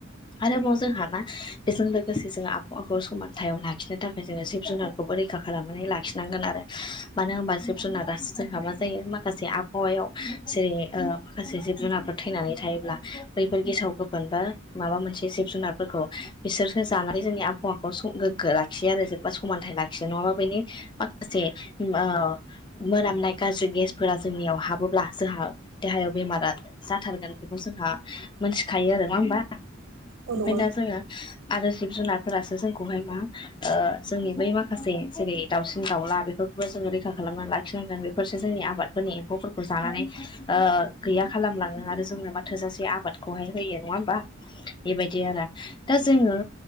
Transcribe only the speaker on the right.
औ
नंगौ नोंथां